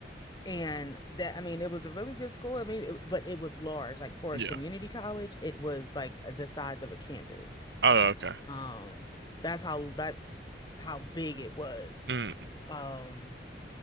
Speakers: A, on the left (about 25°); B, on the right (about 75°).
A: and that I mean it was a really good school. I mean it, but it was large. Like for
B: yeah.
A: a community college, it was like the size of a campus.
B: Oh, okay.
A: Um that's how that's how big it was.
B: Mm,
A: Um